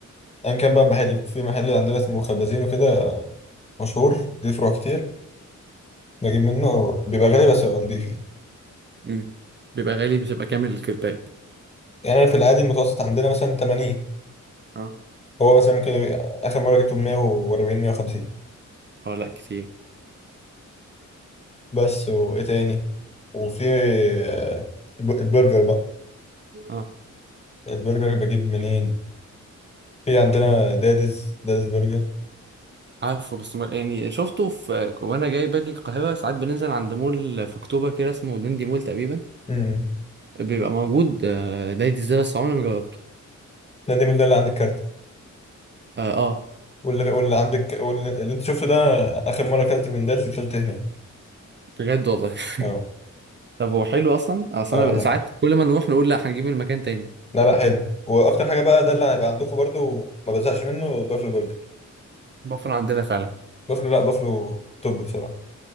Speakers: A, on the left; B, on the right.
A: ايا كان بقى محل في محل عندنا اسمه خبازين وكده مشهور ليه فروع كتير بجيب منه بيبقى غالي بس بيبقى نضيف يعني
B: امم بيبقى غالي بتبقى كامل الكباية
A: يعني انا في العادي المتوسط عندنا مثلا 80
B: اه
A: هو مثلا ممكن يبقى- اخر مره جبته 140 150
B: اه لا كتير
A: بس وايه تاني وفي آه، الب- البرجر بقى
B: اه
A: البرجر بجيب منين في عندنا داديز داديز برجر
B: عارفه بس ما يعني شفته في وانا جاي باجي القاهرة ساعات بننزل عند مول في اكتوبر كده اسمه دندي مول تقريبا
A: امم
B: بيبقى موجود آه، دايت ازاي بس عمري ما جربته
A: ده دي من ده اللي عند الكارت
B: اه اه
A: واللي واللي عندك واللي اللي انت شفته ده اخر مره اكلت من داديز اكلت هناك
B: بجد والله <laughs>
A: اه
B: طب هو حلو اصلا اصلا
A: اه
B: انا
A: حلو
B: ساعات كل ما نروح نقول لا هنجيب من مكان تاني
A: لا لا حلو واكتر حاجه بقى ده اللي هيبقى عندكم برضو ما بزهقش منه بافلو برجر
B: بفر عندنا فعلا
A: بافلو لا بافلو توب بصراحه